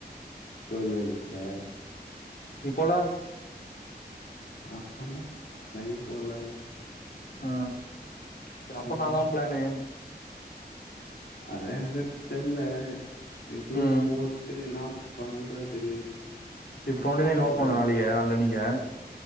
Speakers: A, on the left; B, on the left.
A: கோயில் வேலைக்கே
B: நீ போல
A: ஆஹன்டா நா எங்கயு போறதா இல்ல
B: ஆ செரி அப்புறோ
A: ம்ஹூம்
B: இன்னாதா பிளானு
A: அதா எனக்கு தெர்ல எதுவு
B: ம்
A: போட்டு என்னா பண்றது
B: இப்ப டுவெண்டி நைன் ஓப்பண்ணு
A: ம்,
B: நாளக்கி நால்னனிக்கே